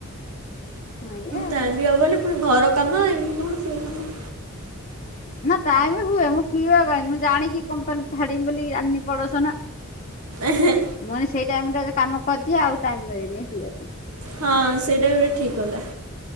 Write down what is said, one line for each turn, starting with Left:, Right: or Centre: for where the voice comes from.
Left: ହଁ ଏଇଆ ଆଉ
Right: ଟାଇମ୍ ବି ହେବନି ପୁଣି ଘର କାମ ଏଇ କାମ ସିଏ କାମ।
Left: ନାଁ ଟାଇମି ହୁଏ ମୁଁ ପିବା ପାଈଁ ମୁ ଜାଣିଲି କମ୍ପାନୀ୍ ଛାଡ଼ିବିବୋଲି ଆଣିଲିପଡୋଷନ।
Right: ଏହେ।
Left: ମୁଁ କହିଲି ସେଇ ଟାଇମ ଟାରେ କାମ କରିର୍ଦିଏ ଆଉ ଟାଇମ ମିଳେନି ପିଇବା ପାଇଁ।
Right: ହଁ ସେଇଟା ବି ଠିକ୍ କଥା।